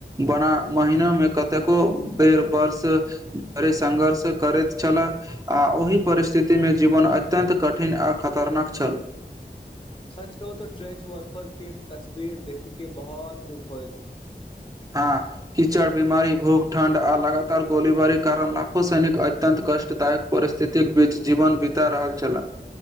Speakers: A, on the right (about 20°); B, on the left (about 30°).
A: बना महिना मे कतेको बेर वर्ष संघर्ष करैत छल आ ओहि परिस्थितिमे जीवन अत्यन्त कठिन आ खतरनाक छल
B: सच कहू तो ट्रेंच वर्फर के तस्वीर देखै के बहुत दुख होय
A: हँ कीचड़ बीमारी भूख ठण्ड आ लगातार गोलीबारी कारण लाखो सैनिक अत्यंत कष्टदायक परिस्थितिक बीच जीवन बीता रहल छलाह